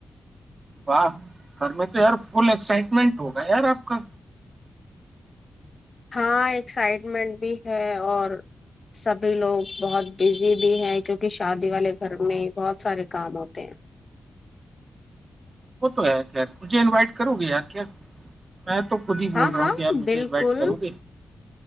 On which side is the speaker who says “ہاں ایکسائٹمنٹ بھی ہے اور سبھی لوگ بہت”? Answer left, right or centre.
Left